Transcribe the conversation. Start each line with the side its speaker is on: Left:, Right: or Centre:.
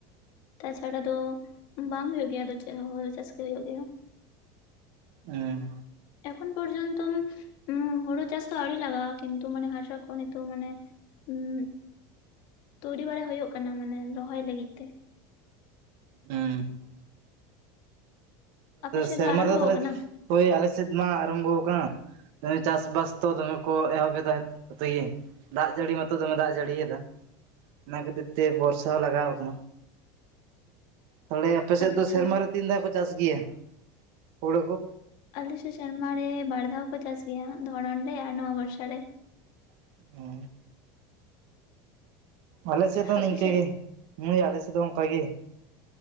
Left: ᱛᱟᱪᱷᱟᱲᱟ ᱫᱚ ᱵᱟᱝ ᱦᱳᱭᱳᱜ ᱜᱮᱭᱟ ᱟᱫᱚ ᱪᱮᱫ ᱦᱚᱸ ᱦᱳᱲᱳ ᱪᱟᱥ ᱜᱮ ᱦᱳᱭᱳᱜ ᱜᱮᱭᱟ
Right: ᱦᱮᱸ
Left: ᱮᱠᱷᱚᱱ ᱯᱚᱨᱡᱚᱱᱛᱚᱢ ᱦᱩᱲᱩ ᱪᱟᱥ ᱫᱚ ᱟᱣᱲᱤ ᱞᱟᱜᱟᱜᱼᱟ ᱠᱤᱱᱛᱩ ᱢᱟᱱᱮ ᱦᱟᱥᱟ ᱠᱚ ᱱᱤᱛᱚᱜ ᱢᱟᱱᱮ <inaudible> ᱛᱩᱭᱲᱤ ᱵᱟᱲᱟ ᱦᱩᱭᱩᱜ ᱠᱟᱱᱟ ᱢᱟᱱᱮ ᱨᱚᱦᱚᱭ ᱞᱟᱹᱜᱤᱫ ᱛᱮ
Right: <unintelligible>
Left: ᱟᱯᱮ ᱥᱮᱫ
Right: ᱥᱮᱨᱢᱟ
Left: ᱫᱚ ᱟᱨᱟᱢᱵᱚ
Right: ᱨᱮᱫᱚ ᱛᱟᱞᱟᱦᱮ
Left: ᱟᱠᱟᱱᱟ
Right: ᱳᱭ ᱟᱞᱮ ᱥᱮᱫ ᱢᱟ ᱟᱨᱚᱢᱵᱚ ᱟᱠᱟᱱᱼᱼ ᱪᱟᱥ ᱵᱟᱥ ᱛᱚ ᱫᱚᱢᱮ ᱠᱚ ᱮᱦᱚᱵ ᱮᱫᱟ <inaudible> ᱛᱚ ᱜᱮ ᱫᱟᱜ ᱡᱟᱹᱲᱤ ᱢᱟᱛᱚ ᱫᱚᱢᱮ ᱫᱟᱜ ᱡᱟᱹᱲᱤᱭᱮᱫᱟ ᱚᱱᱟ ᱠᱷᱟᱹᱛᱤᱨ ᱛᱮ ᱵᱚᱨᱥᱟ ᱞᱟᱜᱟᱣ ᱠᱟᱱᱟ ᱛᱟᱦᱮ ᱟᱯᱮ ᱥᱮᱫ
Left: ᱟᱪᱪᱷᱟ
Right: ᱫᱚ ᱥᱮᱨᱢᱟ ᱨᱮ ᱛᱤᱱ ᱫᱷᱟᱼᱼ ᱪᱟᱥ ᱜᱮᱭᱟ ᱦᱩᱲᱩ ᱠᱚ
Left: ᱟᱞᱮ ᱥᱮᱫ ᱥᱮᱨᱢᱟ ᱨᱮ ᱵᱟᱨ ᱫᱷᱟᱣ ᱠᱚ ᱪᱟᱥ ᱜᱮᱭᱟ, ᱫᱷᱚᱨᱚᱱ ᱨᱮ ᱟᱨ ᱱᱚᱣᱟ ᱵᱚᱨᱥᱟ ᱨᱮ
Right: <unintelligible> ᱟᱞᱮ ᱥᱮᱫ ᱫᱚ
Left: ᱦᱟᱯᱮᱥᱮᱫ
Right: ᱱᱤᱝᱠᱟᱹ ᱜᱮ ᱢᱟᱹᱭ ᱟᱞᱮ ᱥᱮᱫ ᱫᱚ ᱚᱱᱠᱟ ᱜᱮ